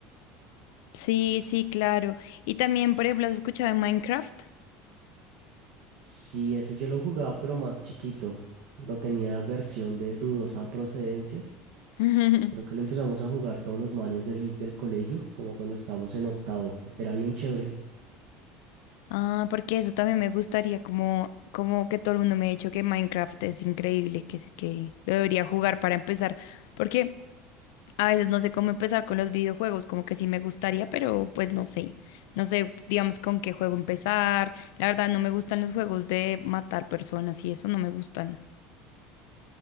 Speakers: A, on the left (about 80°); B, on the right (about 70°).
A: Sí, sí, claro. Y también, por ejemplo, ¿has escuchado de Minecraft?
B: Sí, ese yo lo jugaba, pero más chiquito. Lo tenía versión de dudosa procedencia.
A: <laughs>
B: Creo que lo empezamos a jugar todos los manes del, del colegio, como cuando estábamos en octavo. Era bien chévere.
A: Ah, porque eso también me gustaría, como, como que todo el mundo me ha dicho que Minecraft es increíble, que, sí que lo debería jugar para empezar, porque a veces no sé cómo empezar con los videojuegos, como que sí me gustaría, pero pues no sé, no sé, digamos, con qué juego empezar. La verdad, no me gustan los juegos de matar personas y eso no me gustan.